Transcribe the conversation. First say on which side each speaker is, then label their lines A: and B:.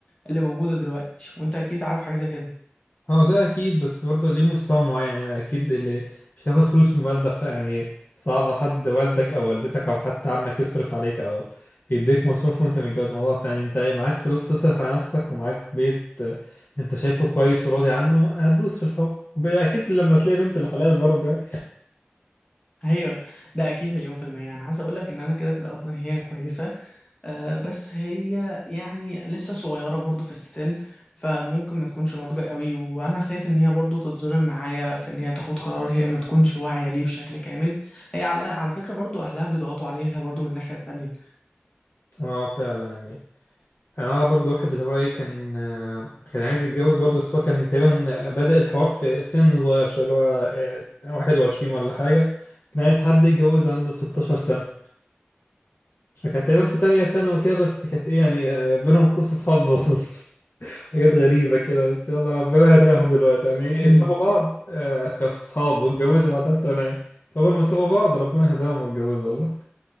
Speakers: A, on the left; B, on the left.
A: اللي موجوده دلوقتي وانت اكيد عارف حاجه زي كده
B: هو ده اكيد بس برضه ليه مستوى معين يعني اكيد اللي مش هتاخد فلوس من والدك يعني صعب حد والدك او والدتك او حتى عمك يصرف عليك او يديك مصروف وانت متجوز الموضوع بس يعني انت إيه، معاك فلوس تصرف على نفسك ومعاك بيت آه، انت شايفه كويس وراضي عنه هتدوس في الحب اكيد لما تلاقي بنت الحلال برضه يعني
A: هي ده اكيد مليون في الميه انا عايز اقول لك ان انا كده كده اصلا هي كويسه آه بس هي يعني لسه صغيره برضو في السن فممكن ما تكونش ناضجه قوي وانا خايف ان هي برضو تتظلم معايا في ان هي تاخد قرار هي ما تكونش واعيه ليه بشكل كامل هي على على فكره برضو اهلها بيضغطوا عليها برضو من الناحيه التانيه
B: اه فعلا يعني يعني انا اعرف برضو واحد اللي هو ايه كان آه، كان عايز يتجوز برضو بس هو كان تقريبا بادئ الحوار في سن صغير شويه اللي هو آه، 21 ولا حاجه كان عايز حد يتجوز عنده 16 سنه فكانت تقريبا في تانية سنة وكده بس كانت ايه يعني آه، بينهم قصة حب <laughs> حاجات غريبة كده بس يلا ربنا هداهم دلوقتي يعني ايه
A: <laughs>
B: سابوا بعض آه، كأصحاب واتجوزوا بعدها سنة يعني فأول ما سابوا بعض ربنا هداهم واتجوزوا والله